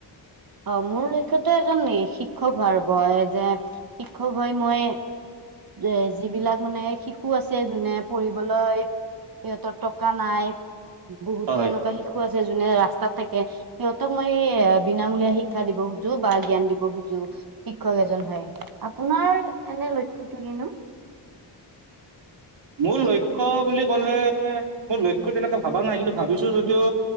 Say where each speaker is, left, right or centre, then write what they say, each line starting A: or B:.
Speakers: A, on the right; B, on the right.
A: অ মোৰ লক্ষ্য টোএজন শিক্ষক হোৱাৰ বয় যে শিক্ষক হৈ মই এ যিবিলাক মানে শিশু আছে যোনে পঢ়িবলৈ সিহঁতৰ টকা নাই বহুতো
B: হয়,
A: এনেকুৱা শিশু আছে। যে যোনে ৰাস্তাত থাকে সিহঁতক মই বিনামূলীয়া শিক্ষা দিব খোজো বা জ্ঞান দিব খোজো। শিক্ষক এজন হয় আপোনাৰ এনে লক্ষ্যটো কিনো? <inaudible>
B: মোৰ লক্ষ্য বুলি ক'লে মোৰ লক্ষ্য তেনেকে ভাবা নাই। কিন্তু ভাবিছো যদিও